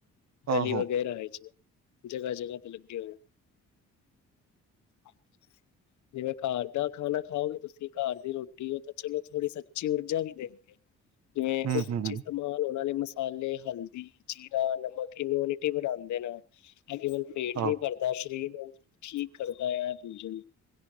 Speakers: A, on the right; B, on the left.
A: ਆਹੋ
B: ਗਲੀ ਵਗੈਰਾ ਆ ਚ ਜਗਾ- ਜਗਾ ਤੇ ਲੱਗੇ ਹੋਏ ਹੈ ਹਾਂਜੀ ਜਿਵੇਂ ਘਰ ਦਾ ਖਾਣਾ ਖਾਓਗੇ ਤੁਸੀਂ ਘਰ ਦੀ ਰੋਟੀ ਹੋ ਤਾਂ ਚਲੋ ਥੋੜ੍ਹੀ ਸ ਜਿਵੇਂ ਊਰਜਾ ਵੀ ਦੇਣਗੇ ਜਿਵੇਂ
A: ਹਮ
B: ਉਹ
A: ਹਮ
B: ਚੀਜ਼ ਮਾਲ ਉਹਨਾਂ ਨੇ ਮਸਾਲੇ, ਹਲਦੀ, ਜੀਰਾ, ਨਮਕ ਇਮਿਊਨਿਟੀ ਵਧਾਉਂਦੇ ਨੇ ਨਾ ਕੇਵਲ ਪੇਟ
A: ਆਹੋ
B: ਨੀ ਭਰਦਾ ਸਰੀਰ ਅੰਗ ਠੀਕ ਕਰਦਾ ਆ ਪੂਜਨ